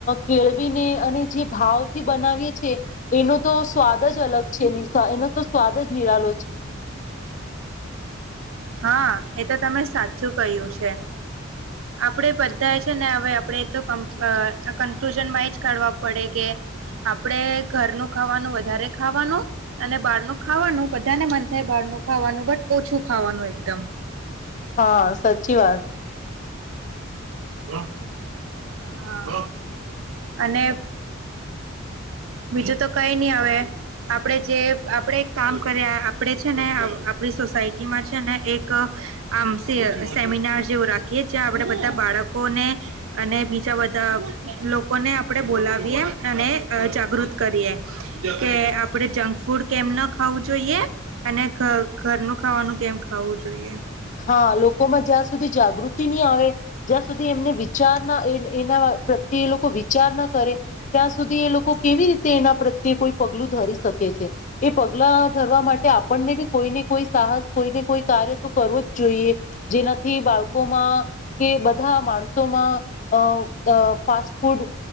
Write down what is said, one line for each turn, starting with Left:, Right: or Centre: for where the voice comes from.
Left: કેળવીને અને જે ભાવથી બનાવીએ છીએ એનો તો સ્વાદ જ અલગ છે એનો તો સ્વાદ જ નિરાલો છે. <inaudible>
Right: હા એતો તમે સાચ શું ક્યું છે? આપણેે થયા છે ને હવે અપડે તો ક જનમાં જ કાઢવા પડે કે આપણે ઘરનું ખાવાનું વધારે ખાવાનું અને બહારનું ખાવાનું બધાને મન થાય બહારનું ખાવાનું બટ ઓછું ખાવાનું હોય. <unintelligible>
Left: હા સાચી વાત.
Right: <inaudible> અને બીજું તો કઈ નહી હવે આપડે જે આપણેે એક કામ કર્યા આપે છે ને આપણી સોસાયટીમાં છે ને એક આમ સેમિનાર જેવું રાખીએ જ્યાં આપણેે બધા બાળકોને અને બીજા બધા લોકોને આપણેે બોલાવીએ અને જાગૃત કરીએ કે આપડે જંક ફૂડ કેમ ના ખાવું જોઈએ અને ઘરનું ખાવાનું કેમ ખું જોઈએ
Left: હા લોકોમાં જ્યાં સુધી જાગૃતિ નહી આવે જ્યાં સુધી એમને વિચાર ના એ એના પ્રત્યે એ લોકો વિચાર ના કરે ત્યાં સુધી એ લોકો કેવી રીતે એના પ્રત્યે કોઈ પગલું ધરી શકે છે એ પગલા ધરવા માટે આપણને બી કોઈને કોઈ સાહસ કોઈને કોઈ કાર્ય તો કરવો જ જોઈએ જેનાથી બાળકોમાં કે બધા માણસોમાં ફાસ્ટ ફૂડ